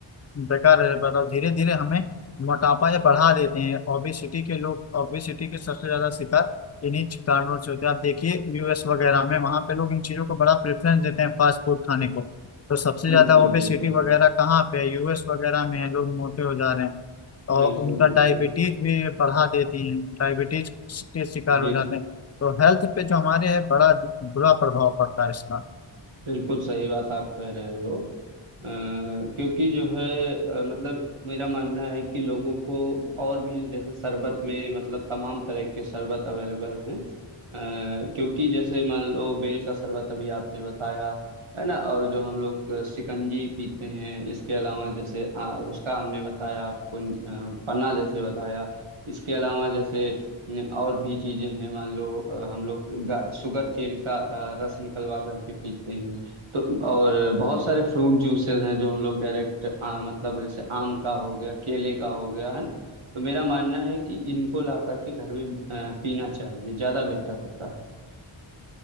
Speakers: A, on the left; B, on the right.
A: बेकार है बड़ा धीरे धीरे हमें मोटापा ये बढ़ा देते हैं ओबेसिटी के लोग ओबेसिटी के सबसे ज्यादा शिकार इन्हीं कारणों से होते हैं आप देखिए यूएस वगैरह में वहाँ पे लोग इन चीजों को बड़ा प्रेफरेंस देते हैं फास्ट फूड खाने को तो सबसे ज्यादा
B: बिल्कुल
A: ओबेसिटी
B: बिल्कुल
A: वगैरह कहाँ पे है यूएस वगैरह में है लोग मोटे हो जा रहे हैं और
B: बिल्कुल
A: उनका
B: बिल्कुल
A: डायबिटीज भी बढ़ा देती है डायबिटीज के शिकार
B: बे-
A: हो जाते हैं तो हेल्थ पे जो हमारे है बड़ा बुरा प्रभाव पड़ता है इसका
B: बिल्कुल सही बात आप कह रहे हो अ, क्योंकि जो है अ, मतलब मेरा मानना है कि लोगों को और भी जैसे शरबत में मतलब तमाम तरह के शरबत अवेलेबल हैं अ, क्योंकि जैसे मान लो बेल का शरबत अभी आपने बताया है ना और जो हम लोग अ, शिकंजी पीते हैं इसके अलावा जैसे आ, उसका हमने बताया आपको अ, पन्ना जैसे बताया इसके अलावा जैसे न, और भी चीजें हैं मान लो अ, हम लोग गा- शुगर केन का अ, रस निकलवा करके पीते हैं तो और बहुत सारे फ्रूट जूसेस हैं जो हम लोग डायरेक्ट आ, मतलब जैसे आम का हो गया केले का हो गया है ना तो मेरा मानना है कि इनको ला करके घर में आ, पीना चाहिए ज्यादा बेहतर होता है